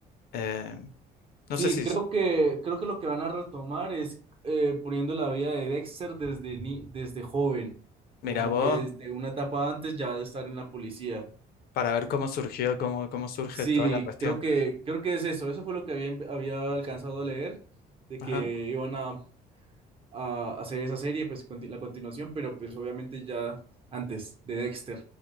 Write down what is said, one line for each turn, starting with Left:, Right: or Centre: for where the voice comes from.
Left: Eh, no
Right: Sí,
Left: sé si,
Right: creo
Left: s-
Right: que creo que lo que van a retomar es eh, poniendo la vida de Dexter desde ni, desde joven,
Left: mira
Right: como
Left: vos,
Right: que desde una etapa antes ya de estar en la policía.
Left: para ver cómo surgió, cómo, cómo surge
Right: Sí,
Left: toda la cuestión.
Right: creo que creo que es eso, eso fue lo que había había alcanzado a leer de
Left: Ajá.
Right: que iban a a hacer esa serie, pues conti- la continuación, pero pues obviamente ya antes de Dexter.